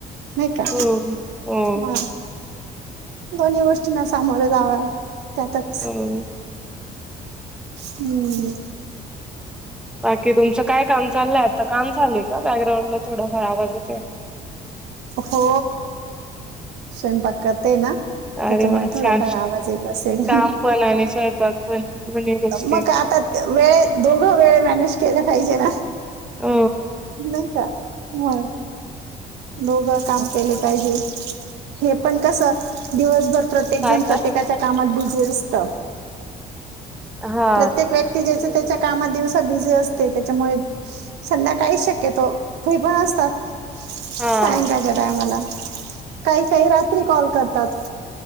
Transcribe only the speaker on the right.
नाही का
हा दोन्ही गोष्टींना सामोरं जाव त्यातच
हम्म
हो स्वयंपाकात आहे ना त्याच्यामुळे
थोडाफार
आवाज येत असेल
मग आ आता वेळ दोघं वेळ मॅनेज केला पाहिजे ना
नाही का म दोघ काम केले पाहिजे हे पण कस दिवसभर प्रत्येक
जण प्रत्येकाच्या
कामात बझी असत
प्रत्येक व्यक्ती जसे च्या कामात दिवसा बिझी असते त्याच्यामुळे संध्याकाळी शक्यतो फ पण असतात सांय
का गदाय मला काही काही रात्री कॉल करतात